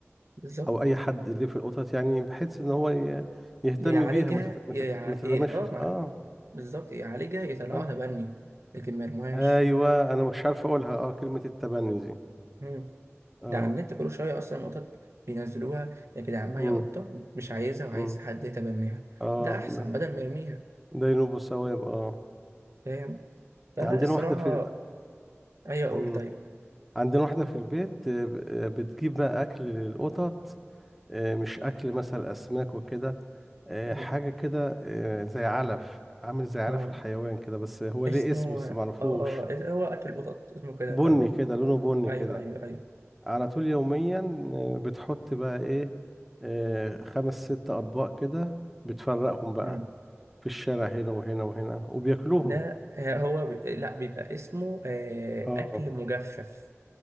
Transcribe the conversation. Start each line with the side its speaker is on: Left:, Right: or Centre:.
Right: بالظبط
Centre: او اي حد اللي في القطط يعني بحيث ان هو ي... يهتم
Right: يا يعالجها
Centre: بيها ما تت... ما
Right: يا
Centre: تت...
Right: يع...
Centre: ما تترماش
Right: إيه اه
Centre: اه
Right: ما... بالظبط يا يعالجها يا يطلعوها
Centre: اه
Right: تبني لكن ما يرموهاش
Centre: ايوه انا مش عارف اقولها اه كلمة التبني دي
Right: مم.
Centre: اه
Right: ده على النت كل شويه اصلا قطط بينزلوها يا جدعان معايا
Centre: امم
Right: قطه مش عايزها وعايز
Centre: امم
Right: حد يتبناها
Centre: اه
Right: ده احسن
Centre: ده
Right: بدل ما يرميها
Centre: ده ينوب الثواب اه
Right: فاهم فلا
Centre: عندنا
Right: الصراحه
Centre: واحدة في
Right: ايوه اقول
Centre: أم،
Right: طيب
Centre: عندنا واحدة في البيت آه، ب- آه، بتجيب بقى أكل للقطط آه، مش أكل مثلا أسماك وكده آه،
Right: مم.
Centre: حاجة كده آه، زي علف عامل زي علف
Right: اه
Centre: الحيوان كده بس هو ليه
Right: اسمه
Centre: اسم بس
Right: اه
Centre: معرفوش
Right: اه هو اكل القطط اسمه كده
Centre: بني
Right: يعتبر
Centre: كده لونه بني
Right: ايوه
Centre: كده
Right: ايوه ايوه
Centre: على طول يوميا آه، بتحط بقى إيه آه، خمس ست أطباق كده بتفرقهم بقى
Right: مم.
Centre: في الشارع هنا وهنا وهنا وبياكلوهم
Right: ده آه، هو بي... لا بيبقى اسمه آه،
Centre: اه
Right: اكل مجفف